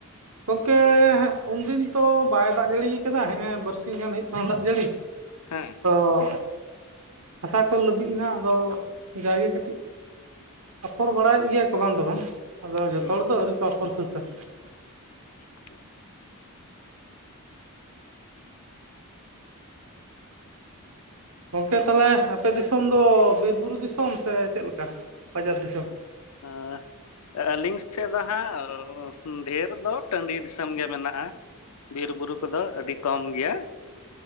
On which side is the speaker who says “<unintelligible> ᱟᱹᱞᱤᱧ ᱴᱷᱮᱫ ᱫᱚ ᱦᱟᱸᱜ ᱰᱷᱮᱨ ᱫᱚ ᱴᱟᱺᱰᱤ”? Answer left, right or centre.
Left